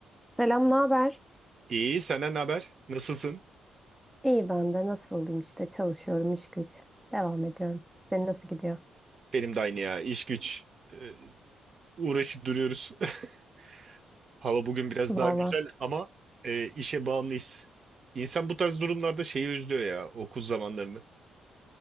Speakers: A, in the centre; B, on the right (about 45°).
A: Selam, ne haber?
B: İyi, senden ne haber? Nasılsın?
A: İyi ben de nasıl olayım işte çalışıyorum iş güç devam ediyorum. Senin nasıl gidiyor?
B: Benim de aynı ya. İş güç. Ee, uğraşıp duruyoruz. <laughs> Hava bugün biraz
A: Valla
B: daha güzel ama e, işe bağımlıyız. İnsan bu tarz durumlarda şeyi özlüyor ya okul zamanlarını.